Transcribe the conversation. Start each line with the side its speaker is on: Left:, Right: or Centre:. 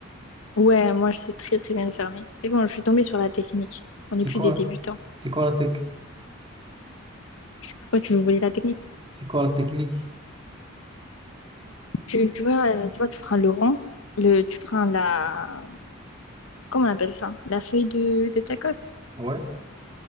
Left: Ouais, moi, je sais très, très bien le fermer. C'est bon, je suis tombée sur la technique. On n'est
Right: C'est
Left: plus
Right: quoi?
Left: des débutants.
Right: C'est quoi la tech?
Left: Pourquoi tu veux voler la technique?
Right: C'est quoi la technique?
Left: Tu, tu vois, euh, tu vois, tu prends le rond, le, tu prends la, comment on appelle ça? La feuille de, de tacos.
Right: Ouais,